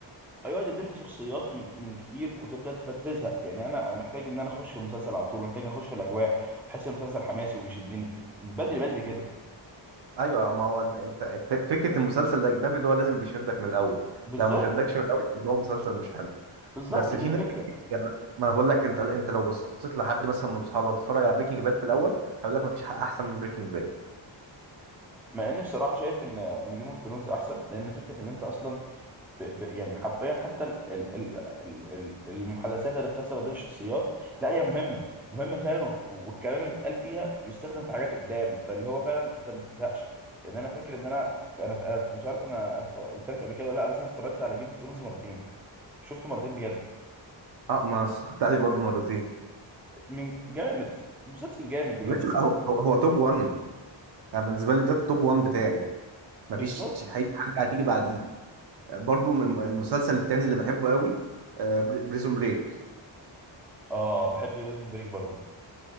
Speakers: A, in the centre; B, on the right.
A: ايوه يديلك شخصيات من من كتير وتبدا انت فانت تزهق يعني انا انا محتاج ان انا اخش في المسلسل على طول محتاج ان اخش في الاجواء واحس المسلسل حماسي وبيشدني من بدري بدري كده
B: ايوه ما هو انت ف- فكره المسلسل الاجنبي ده هو لازم بيشدك من الاول
A: بالظبط
B: لو ما شدكش من الاول يبقى هو مسلسل مش حلو
A: بالظبط
B: بس
A: هي
B: في
A: دي الفكره
B: ناس كتير- يعني ما انا بقول لك انت انت لو بصيت لحد مثلا من اصحابك اتفرج على بريكنج باد في الاول هيقول لك ما فيش حق احسن من بريكنج باد
A: مع اني بصراحه شايف ان ان جيم اوف ثرونز احسن لان فكره ان انت اصلا ب... ب... يعني حرفيا حتى ال... ال... ال... ال- ال- المحادثات اللي بتحصل ما بين الشخصيات لا هي مهمة مهمة فعلا وبت- والكلام اللي بيتقال فيها بيستخدم في حاجات قدام فاللي هو فعلا انت ما بتزهقش يعني انا فاكر ان انا انا أنا مش عارف انا انا اتف- قلت لك قبل كده ولا لا بس انا اتفرجت على جيم اوف ثرونز مرتين شفته مرتين بجد
B: اه ما أنا اتفرجت عليه برضه مرتين
A: من جامد مسلسل جامد بجد
B: يا باشا هو هو, هو توب 1 انا بالنسبه لي ده التوب 1 بتاعي مفيش
A: بالظبط
B: حقيقة حاجه هتيجي بعديه آه، برضو من- المسلسل التاني اللي بحبه قوي بريزون بريك
A: اه بحب بريزون بريك برضه